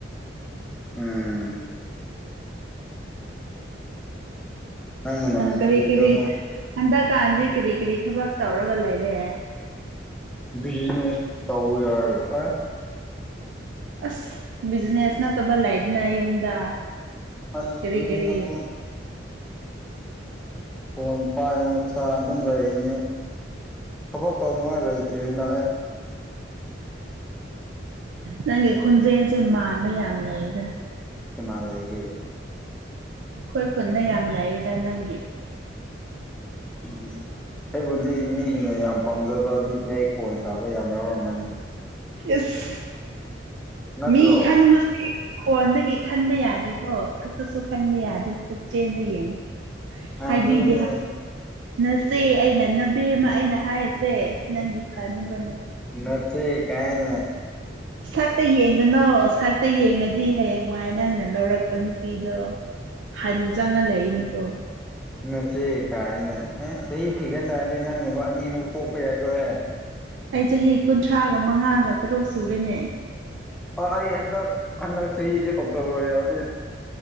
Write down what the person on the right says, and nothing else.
ꯀꯔꯤ ꯀꯔꯤ ꯍꯟꯗꯛꯀꯥꯟꯗꯤ ꯀꯔꯤ ꯀꯔꯤ ꯊꯕꯛ ꯇꯧꯔꯒ ꯂꯩꯔꯦ
ꯑꯁ ꯕꯤꯖꯤꯅꯦꯁ ꯅꯠꯇꯕ ꯂꯩꯗꯅ ꯌꯨꯝꯗ
ꯀꯔꯤ
ꯀꯔꯤ
ꯅꯪꯒꯤ ꯈꯣꯟꯖꯦꯜꯁꯦ ꯃꯥꯟꯕ ꯌꯥꯝ ꯂꯩꯗ
ꯑꯩꯣꯏ ꯈꯨꯅ ꯌꯥꯝ ꯂꯩꯔꯤꯗ ꯅꯪꯒꯤ
ꯏꯁ
ꯃꯤ ꯈꯟꯁꯦ ꯍꯣꯟꯗꯒꯤ ꯈꯟꯕ ꯌꯥꯗꯦꯀꯣ ꯁꯛꯇꯁꯨ ꯈꯟꯕ ꯌꯥꯗꯦ ꯄꯨꯛꯆꯦꯗ ꯌꯦꯡꯉꯨ
ꯍꯥꯏꯕꯤꯗꯦ
ꯅꯆꯦ ꯑꯩꯅ ꯅꯕꯦꯝꯃ ꯑꯩꯅ ꯍꯥꯏꯔꯤꯁꯦ ꯅꯪꯒꯤ ꯐꯅꯕꯅꯦ
ꯁꯠꯇ ꯌꯦ ꯀꯅꯣ ꯁꯛꯇ ꯌꯦꯡꯉꯗꯤ ꯍꯌꯦꯡꯋꯥꯏ ꯅꯪꯅ ꯂꯧꯔꯛꯄ ꯅꯨꯄꯤꯗꯣ ꯍꯟ ꯆꯪꯉ ꯂꯩꯅꯤꯀꯣ
ꯑꯩ ꯆꯍꯤ ꯀꯨꯟꯊ꯭ꯔꯥꯒ ꯃꯉꯥꯒ ꯇꯔꯨꯛ ꯁꯨꯔꯅꯦ